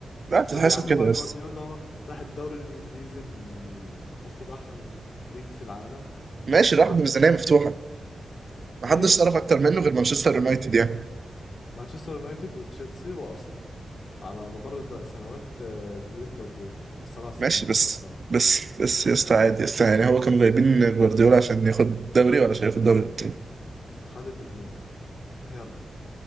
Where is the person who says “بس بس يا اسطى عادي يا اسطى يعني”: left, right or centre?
Right